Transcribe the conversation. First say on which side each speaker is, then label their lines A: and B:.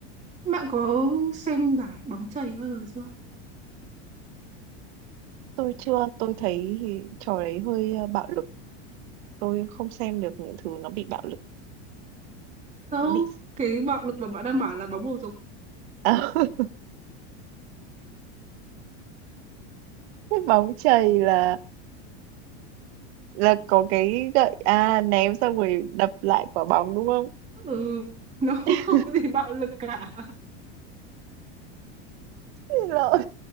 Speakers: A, on the right; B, on the right.
A: Bạn có xem giải bóng chày bao giờ chưa?
B: Tôi chưa, tôi thấy trò đấy hơi, ơ, bạo lực, tôi không xem được những thứ nó bị bạo lực,
A: Đâu,
B: bị
A: cái bạo lực mà bạn đang bảo là bóng bầu dục.
B: <laughs> ờ. Thế bóng chày là là có cái gậy à ném xong rồi đập lại quả bóng đúng không?
A: Ừ, nó <laughs>
B: <laughs>
A: không có gì bạo lực cả.
B: Xin lỗi.